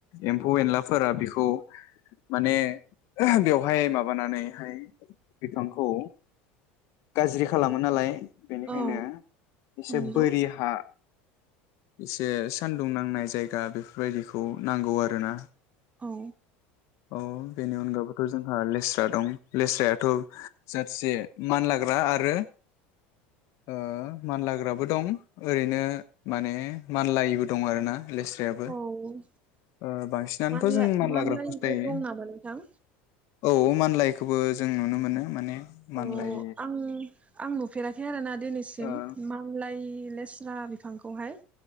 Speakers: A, on the left; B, on the right.
A: एम्फौ एनलाफोरा बिखौ माने बेवहाय माबानानैहाय बिफांखौ गाज्रि खालामो नालाय बेनिखायनो
B: औ
A: एसे
B: नंगौ
A: बोरि हा इसे सानदुं नांनाय जायगा बेफोरबायदिखौ नांगौ आरो ना।
B: औ
A: अ 'बेनि अनगाबोथ' जोंहा लेस्रा दं। लेस्रायाथ' जोंहा इसे मानलाग्रा आरो ओ मानलाग्राबो दं ओरैनो माने मानलायिबो दं आरोना। लेस्रायाबो
B: औ
A: ओ बांसिनानोथ'
B: मानला
A: जों मानलाग्रा
B: मानलायबो
A: खौसो गायो।
B: दं नामा नोंथां
A: औ मानलायिखोबो जों नुनो मोनो माने
B: अ'
A: मानलाय
B: आङो आं नु फेराखै आरोना। दिनैसिम
A: ओ
B: मानलायि लेस्रा बि फांखौहाय।